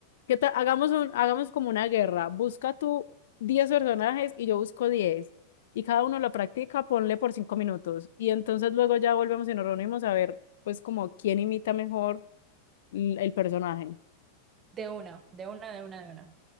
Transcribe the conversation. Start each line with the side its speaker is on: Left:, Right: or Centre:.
Left: ¿Qué tal? Hagamos un, hagamos como una guerra. Busca tú 10 personajes y yo busco diez Y cada uno lo practica, ponle por 5 minutos. Y entonces luego ya volvemos y nos reunimos a ver, pues, como quién imita mejor l- el personaje.
Right: De una, de una, de una, de una.